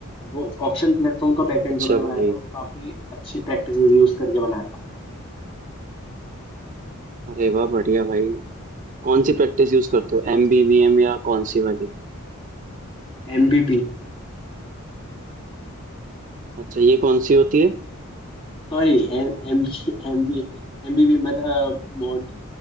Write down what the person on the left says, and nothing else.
वो ऑक्शन प्लेटफॉर्म का बैक एंड
जो मैंने
बनाया था वो काफी अच्छी प्रैक्टिस यूज करके बनाया था
MBP
Sorry M B M B M B भी मतलब mod